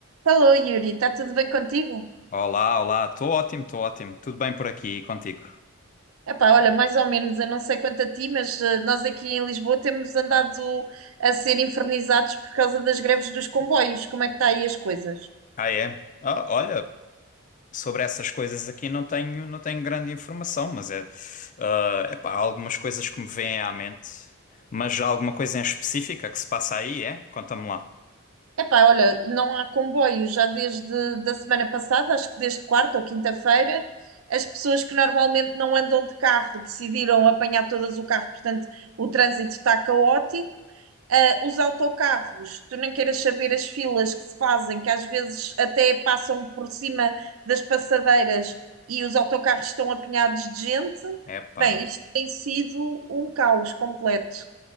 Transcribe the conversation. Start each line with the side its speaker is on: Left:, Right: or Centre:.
Right: Alô, Yuri, está tudo bem contigo?
Left: Olá, olá, estou ótimo, estou ótimo. Tudo bem por aqui e contigo?
Right: Epá, olha, mais ou menos, eu não sei quanto a ti, mas eh, nós aqui em Lisboa temos andado a ser infernizados por causa das greves dos comboios. Como é que está aí as coisas?
Left: Ah, é? Ah, olha, sobre essas coisas aqui não tenho, não tenho grande informação, mas é, ah, epá, há algumas coisas que me vêm à mente. Mas há alguma coisa em específica que se passa aí, é? Conta-me lá.
Right: Epá, olha, não há comboio já desde da semana passada, acho que desde quarta ou quinta-feira. As pessoas que normalmente não andam de carro decidiram apanhar todas o carro, portanto, o trânsito está caótico. Ah, os autocarros, tu nem queiras saber as filas que se fazem, que às vezes até passam por cima das passadeiras e os autocarros estão apinhados de gente.
Left: Epá,
Right: Bem, isto tem sido um caos completo.